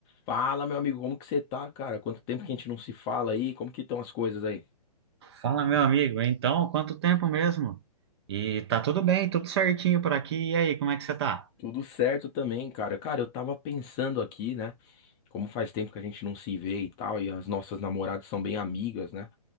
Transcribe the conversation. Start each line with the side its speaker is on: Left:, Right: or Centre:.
Left: Fala, meu amigo, como que você tá, cara? Quanto tempo que a gente não se fala aí? Como que estão as coisas aí?
Right: Fala, meu amigo. Então, quanto tempo mesmo? E tá tudo bem, tudo certinho por aqui. E aí, como é que você tá?
Left: Tudo certo também, cara. Cara, eu tava pensando aqui, né? Como faz tempo que a gente não se vê e tal, e as nossas namoradas são bem amigas, né?